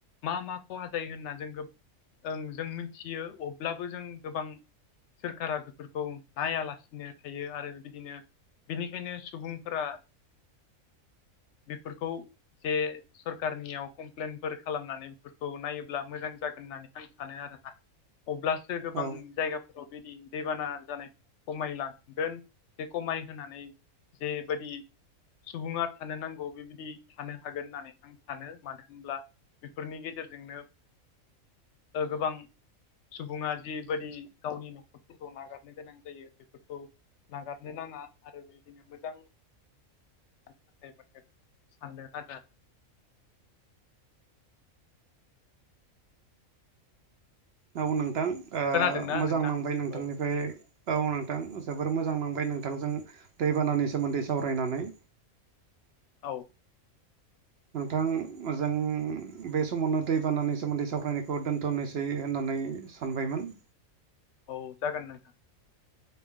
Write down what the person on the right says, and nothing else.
औ
औ नोंथां ओ
मोजां
नांबाय नोंथांनिफ्राय
औ नोंथां जोबोर मोजां नांबाय नोंथांजों दैबानानि सोमोन्दै सावरायनानै
नोंथां जों बे समावनो दैबानानि सोमोन्दै सावरायनायखौ दोन्थ'नोसै होननानै सानबायमोन